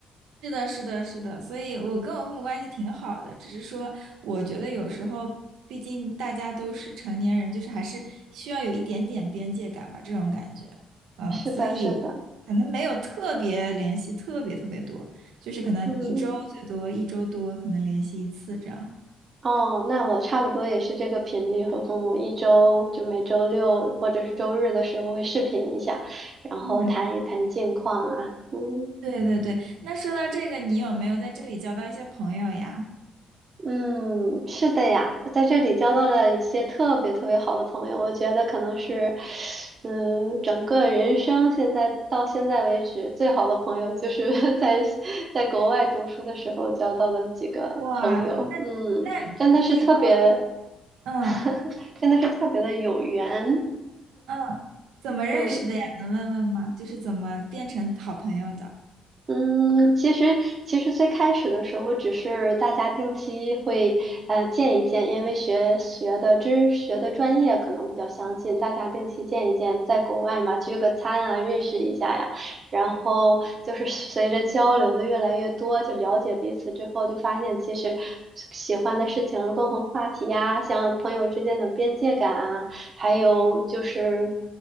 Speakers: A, on the right; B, on the right.
A: 是的，是的，是的，所以我跟我父母关系挺好的，只是说我觉得有时候，毕竟大家都是成年人，就是还是需要有一点点边界感吧，这种感觉，
B: <laughs>
A: 嗯，
B: 是的，
A: 所以
B: 是的，
A: 可能没有特别联系，特别特别多，就是可能一周最多一周多可能联系一次这样。
B: 嗯，哦，那我差不多也是这个频率，和父母一周就每周六或者是周日的时候会视频一下，然后谈一谈近况啊，
A: 嗯，
B: 嗯。
A: 对对对。那说到这个，你有没有在这里交到一些朋友呀？
B: 嗯，是的呀，在这里交到了一些特别特别好的朋友，我觉得可能是，嗯，整个人生现在到现在为止最好的朋友就是 <laughs> 在在国外读书的时候交到的几个朋友，
A: 哇，那那可以跟我，
B: 嗯，真的是特别，
A: 嗯。
B: <laughs> 真的是特别的有缘，
A: 嗯，怎么认识的呀？
B: 嗯。
A: 能问问吗？就是怎么变成好朋友的？
B: 嗯，其实其实最开始的时候，只是大家定期会呃见一见，因为学学的知学的专业可能比较相近，大家定期见一见，在国外嘛聚个餐啊，认识一下呀。然后就是随着交流的越来越多，就了解彼此之后，就发现其实喜欢的事情、共同话题呀，像朋友之间的边界感啊，还有就是